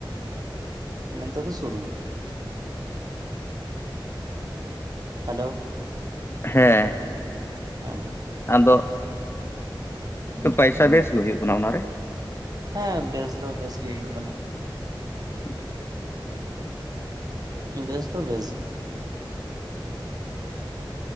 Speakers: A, on the right; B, on the left.
A: ᱢᱮᱱ ᱛᱮᱫᱚ ᱥᱩᱨᱩ ᱜᱮᱭᱟ᱾ ᱦᱮᱞᱳ᱾
B: ᱦᱮᱸ
A: ᱦᱮᱸ
B: ᱟᱫᱚ ᱯᱟᱭᱥᱟ ᱵᱮᱥ ᱜᱮ ᱦᱩᱭᱩᱜ ᱠᱟᱱᱟ ᱚᱱᱟᱨᱮ?
A: ᱦᱮᱸ ᱵᱮᱥ ᱫᱚ ᱵᱮᱥ ᱜᱮ ᱦᱩᱭᱩᱜ ᱠᱟᱱᱟ᱾
B: ᱟᱪᱪᱷᱟ᱾
A: ᱵᱮᱥ ᱫᱚ ᱵᱮᱥ ᱜᱮ